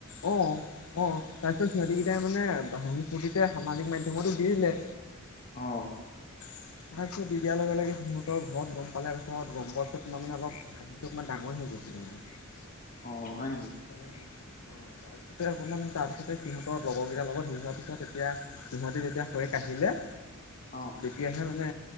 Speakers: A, on the left (about 80°); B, on the left (about 40°).
A: অ অ', তাৰপিছত সিহতিগিটাই মানে হাঁহি ফূৰ্তিতে সামাজিক মাধ্যমতো দি দিলে।
B: অ'।
A: দি দিয়াৰ লগে লগে সিহঁতৰ ঘৰত গম পালে পিছত গম পোৱাৰ পিছত মানে অলপ কাহিনীটো অকমান ডাঙৰ হৈ গৈছিলে মানে
B: অ', হয়
A: মা অ
B: নেকি?
A: তাৰ পিছতে অকমান তাৰ পিছতে সিহঁতৰ লগৰ গিটাৰ লগত <unintelligible> পিছত এতিয়া সহঁতি যেতিয়া হৈ কাঢ়িলে
B: অঁ'।
A: এতিয়াহে মানে